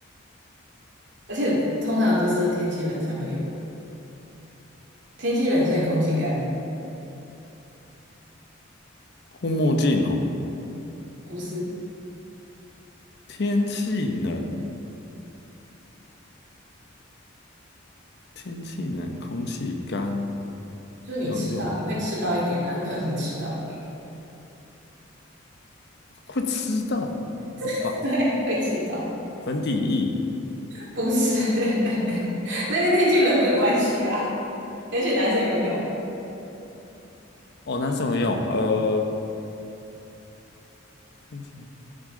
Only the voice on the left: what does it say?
护目镜哦。
天气冷，天气冷，空气干，
要用
会吃到不吧？
粉底液
哦，男生会用。呃，天气